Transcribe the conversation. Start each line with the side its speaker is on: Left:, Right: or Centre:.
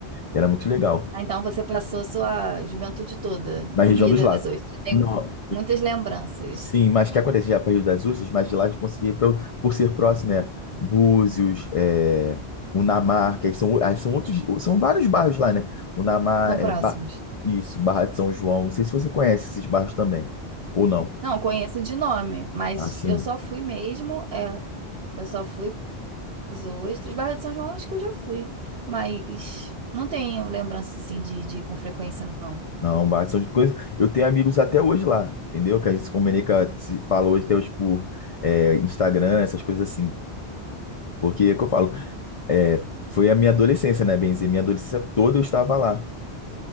Left: E era muito legal.
Right: Ah, então você passou sua juventude toda no
Left: Na região
Right: Rio
Left: dos
Right: das
Left: lagos.
Right: Ostras. Tem
Left: Não,
Right: muitas lembranças.
Left: Sim, mas o que acontece? Já para Rio das Ostras, mas de lá a gente conseguia ir pra, por ser próximo, né? Búzios, é, Unamar, que aí são, aí são outros, são vários bairros lá, né? Unamar,
Right: São próximos.
Left: é, Ba- isso, Barra de São João. Não sei se você conhece esses bairros também, ou não.
Right: Não, conheço de nome, mas
Left: Assim,
Right: eu só fui mesmo, é, eu só fui Ostras, Barra de São João acho que eu já fui, mas não tenho lembrança assim de, de ir com frequência, não.
Left: não, Barra de São João. coisa- Eu tenho amigos até hoje lá, entendeu? Que a gente se comunica, se fala hoje até hoje por é, Instagram, essas coisas assim. Porque é o que eu falo, é, foi a minha adolescência, né, Benzi? Minha adolescência toda eu estava lá.